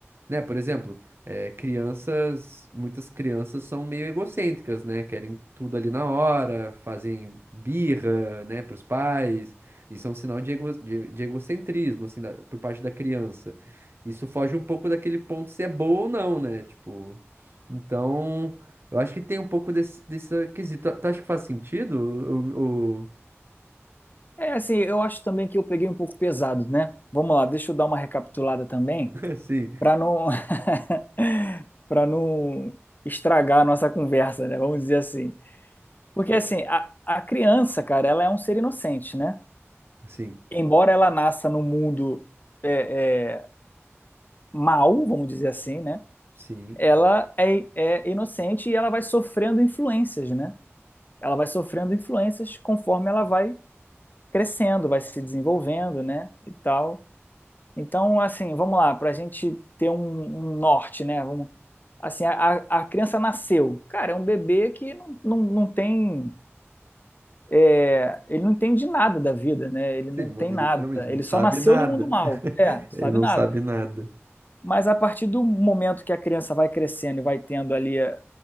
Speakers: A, on the right; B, on the left.
A: né, por exemplo, eh, crianças, muitas crianças são meio egocêntricas, né? Querem tudo ali na hora, fazem birra, né, para os pais. Isso é um sinal de, ego, de, de egocentrismo, assim, da- por parte da criança. Isso foge um pouco daquele ponto se é boa ou não, né? Tipo, então, eu acho que tem um pouco desse, desse quesito. Tu tu acha que faz sentido? o, o-
B: É assim, eu acho também que eu peguei um pouco pesado, né? Vamos lá, deixa eu dar uma recapitulada também,
A: <laughs> Sim,
B: para não <laughs> para não estragar a nossa conversa, né? Vamos dizer assim. Porque assim, a, a criança, cara, ela é um ser inocente, né?
A: sim,
B: Embora ela nasça no mundo é, é, mau, vamos dizer assim, né?
A: sim.
B: Ela é, é inocente e ela vai sofrendo influências, né? Ela vai sofrendo influências conforme ela vai crescendo, vai se desenvolvendo, né? E tal. Então, assim, vamos lá, para a gente ter um, um norte, né? Vamos, assim, a, a a criança nasceu. Cara, é um bebê que não, não, não tem. é, ele não entende nada da vida, né? Ele
A: Sim,
B: não
A: não-
B: tem
A: literalmente,
B: nada.
A: não
B: Ele
A: sabe
B: só nasceu
A: nada.
B: no mundo mal,
A: <laughs>
B: é, sabe
A: Ele não
B: nada.
A: sabe nada.
B: Mas a partir do momento que a criança vai crescendo e vai tendo ali a-